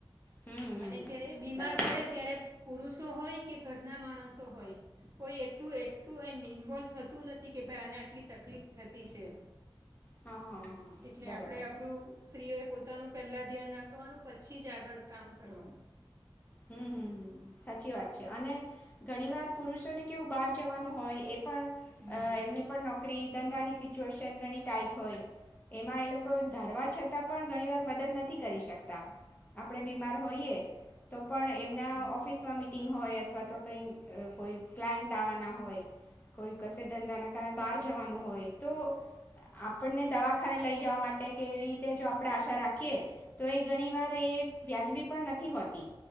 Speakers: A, on the left; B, on the right.
A: હમ હમ
B: અને જ્યારે બીમાર
A: બરાબર
B: પડે ત્યારે પુરુષો હોય કે ઘરના માણસો હોય. કોઈ એટલું એટલું ઈન્વોલ્વ થતું નથી કે ભાઈ આને આટલી તકલીફ થતી છે.
A: હા હા હા
B: એટલે
A: બરાબર
B: આપડે આપડું સ્ત્રીઓ પોતાનું પહેલાં ધ્યાન રાખવાનું પછી જ આગળ કામ કરવાનું.
A: હમ હમ સાચી વાત છે અને, ઘણી વાર પુરુષોને કેવું બહાર જવાનું હોય, એ પણ
B: હમ
A: એમની પણ નોકરી ધંધાની સિચ્યુએશન ઘણી ટાઈટ હોય. એમાં એ લોકો ધારવા છતાં ઘણી વાર મદદ નથી કરી શકતા, આપણે બીમાર હોઈએ તો પણ એમના
B: બરાબર
A: ઓફિસમાં મી હોય અથવા તો કઈ કોઈ ક્લાયન્ટ આવવાના હોય, કોઈ કસે ધંધા ના કમે બહાર જવાનું હોય તો, આપણને દવાખાને લઈ જવા માટે કે એવી રીતે જો આપણેે આશા રાખીએ તો એ ઘણી વાર એ વ્યાજબી પણ નથી નથી હોતી.